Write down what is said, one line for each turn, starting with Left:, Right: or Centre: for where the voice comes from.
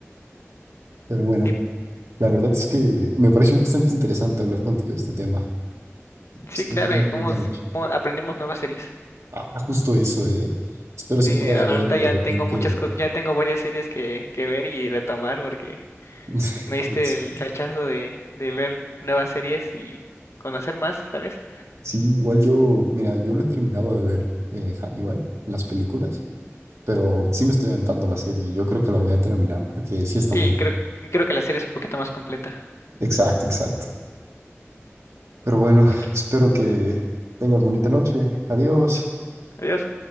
Right: Pero bueno.
Left: Sí,
Right: La verdad es que me pareció bastante interesante hablar contigo de este tema. Pues
Left: sí,
Right: ten
Left: claro,
Right: una muy
Left: y podemos,
Right: bonita noche.
Left: po- aprendemos nuevas series.
Right: Ah, justo eso, ¿eh? Espero
Left: Sí,
Right: si puedas
Left: ahorita
Right: ver de
Left: ya
Right: repente.
Left: tengo muchas cosas, ya tengo varias series que, que ver y retomar porque
Right: <laughs>
Left: me diste
Right: es-
Left: el flechazo de, de ver nuevas series y conocer más, ¿sabes?
Right: Sí, igual yo, mira, yo lo he terminado de ver eh, Hannibal, las películas, pero sí me estoy aventando la serie. Yo creo que la voy a terminar porque sí está
Left: Sí,
Right: muy.
Left: creo, creo que la serie es un poquito más completa.
Right: Exacto, exacto. Pero bueno, <laughs>
Left: Aquí.
Right: espero que tengas bonita noche. Adiós.
Left: Sí. Adiós.